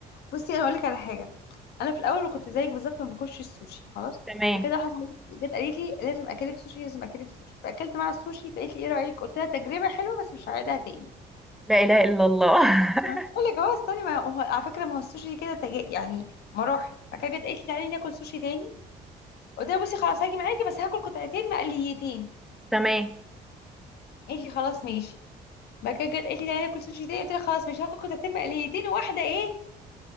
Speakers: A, on the left (about 75°); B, in the centre.
A: بصي انا هقول لك على حاجه انا في الاول كنت زيك بالظبط ما باكلش السوشي خلاص
B: <laughs> تمام
A: فكده واحده صاحبتي جت قالت لي لازم اكلك سوشي لازم اكلك سوشي فاكلت معاها السوشي فقالت لي ايه رايك قلت لها تجربه حلوه بس مش هعيدها تاني
B: لا إله إلا الله <laughs>
A: أنا بقول لك اهو استني ما هو على فكره ما هو السوشي كده تجا يعني مراحل فكده جت قالت لي تعالي ناكل سوشي تاني قلت لها بصي خلاص هاجي معاكي بس هاكل قطعتين مقليتين
B: تمام،
A: قالت لي خلاص ماشي بعد كده جت قالت لي تعالي ناكل سوشي تاني قلت لها خلاص مش هاكل قطعتين مقليتين وواحده ايه